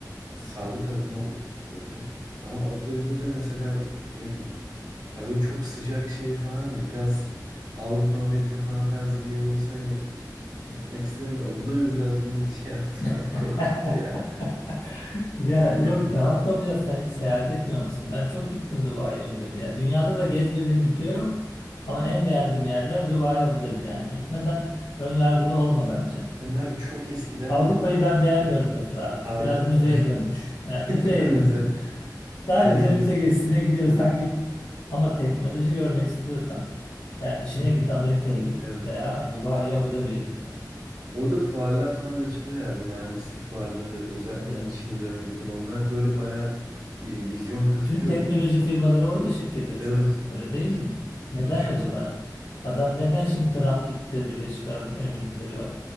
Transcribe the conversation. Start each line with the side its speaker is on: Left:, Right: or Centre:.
Right: sağlık alanı olabilir böyle. Ama Abu Dhabi'de de mesela ne bileyim ya böyle çok sıcak şey falan ya biraz Avrupa Amerika falan tarzı bir yer olsa hani e, gitmek isterim de Abu Dhabi biraz beni <laughs> şey yaptı abi
Left: <laughs>
Right: korkuttu ya.
Left: Ya yok rahat ol ya sen hiç seyahat etmiyor musun? Ben çok gittim Dubai Abu Dhabi. Ya dünyada da gezmediğim ülke yok ama en beğendiğim yerler Dubai Abu Dhabi. Yani gitmeden ön yargılı olma bence.
Right: Ben abi çok eskiden
Left: Avrupa'yı ben
Right: gittim
Left: beğenmiyorum
Right: de.
Left: mesela artık.
Right: Harbi
Left: Biraz
Right: mi?
Left: müzeye dönmüş.
Right: <laughs>
Left: Yani müzeye
Right: Müze.
Left: döndü. <laughs> Sadece
Right: Her yeri
Left: müze
Right: eski.
Left: gezisine gidiyorsan git. Ama teknoloji görmek istiyorsan
Right: <laughs>
Left: yani Çin'e
Right: Hı hı,
Left: git, Amerika'ya git
Right: Evet.
Left: veya Dubai Abu Dhabi'ye git yani.
Right: Orada fuarlar falan da açılıyor ya. Mühendislik fuarları özellikle
Left: Tabii.
Right: hani Çin'de, Amerika'da onlar böyle bayağı e, vizyon katıcı
Left: Tüm teknoloji
Right: oluyor insanlar.
Left: firmaları orada şirket açıyor.
Right: Evet,
Left: Öyle
Right: evet.
Left: değil mi? Neden
Right: Açıyorlar.
Left: acaba? Adam neden şimdi Trump gitti Birleşik Arap Emirlikleri var,